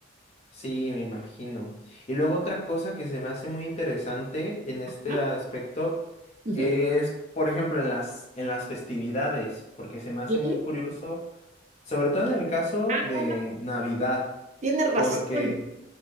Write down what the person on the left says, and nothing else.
Sí, me imagino. Y luego otra cosa que se me hace muy interesante en este
aspecto
es, por ejemplo, en las, en las festividades, porque se me hace
muy curioso, sobre todo en el caso
de Navidad,
porque